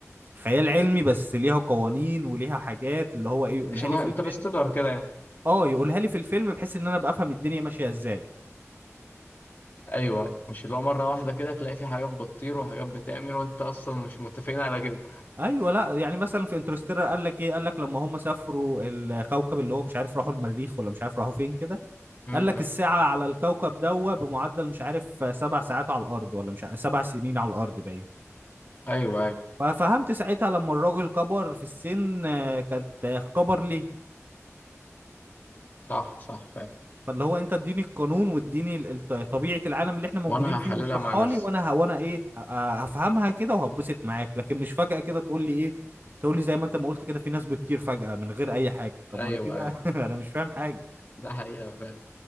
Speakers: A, on the right; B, on the left.
A: خيال علمي بس ليها قوانين وليها حاجات اللي هو ايه يقولها
B: شبه
A: لي في
B: انترستيلر
A: الفيلم
B: كده يعني
A: اه يقولها لي في الفيلم بحيث ان انا ابقى افهم الدنيا ماشيه ازاي
B: أيوه أيوه مش اللي هو مرة واحدة كده تلاقي في حاجات بتطير وحاجات بتعمل وأنت أصلا مش متفقين على كده
A: ايوه لا يعني مثلا في انترستيلر قال لك ايه قال لك لما هم سافروا الكوكب اللي هو مش عارف راحوا المريخ ولا مش عارف راحوا فين كده
B: م-
A: قال لك الساعه
B: م.
A: على الكوكب دوا بمعدل مش عارف سبع ساعات على الارض ولا مش عارف سبع سنين على الارض باين
B: أيوه أيوه
A: ففهمت ساعتها لما الراجل كبر في السن آه، كانت آه، كبر ليه
B: صح صح فعلا
A: فاللي هو انت اديني القانون واديني ال- ال- طبيعة العالم اللي احنا موجودين
B: وأنا
A: فيه
B: هحللها
A: واشرحها
B: مع نفسي
A: لي وانا ه- وانا ايه ه- هفهمها كده وهتبسط معاك لكن مش فجأة كده تقول لي ايه تقول لي زي ما انت ما قلت كده في ناس بتطير فجأة من غير اي حاجة طب
B: أيوه
A: ما انا كده
B: أيوه
A: <laughs> انا مش فاهم حاجة
B: ده حقيقة فعلا